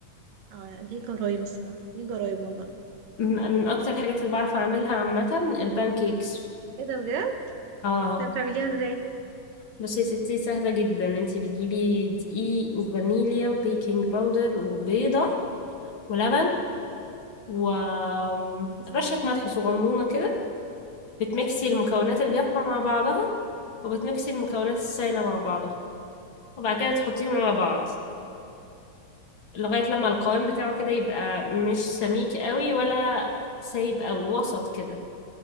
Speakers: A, on the right; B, on the left.
A: اه دي جرايم الصراحه دي جرايم والله
B: من من اكتر الحاجات اللي بعرف اعملها عامه البانكيكس
A: ايه ده بجد
B: اه
A: طب بتعمليها ازاي
B: بس يا ستي سهله جدا انتي بتجيبي دقيق وفانيليا وبيكنج باودر وبيضه ولبن ورشة ملح صغنونة كده بتمكسي المكونات
A: اوكي.
B: الجافة مع بعضها وبتمكسي المكونات السائلة مع بعضها وبعد كده تحطيهم على بعض لغاية لما القوام بتاعه كده يبقى مش سميك قوي ولا سايب قوي وسط كده